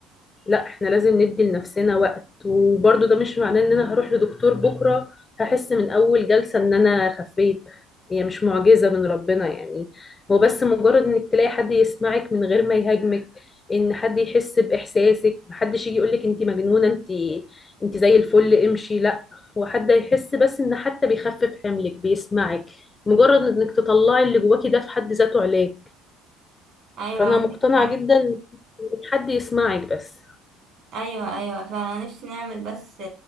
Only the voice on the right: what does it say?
أيوة
عندك
حق
أيوة أيوة فأنا نفسي نعمل بس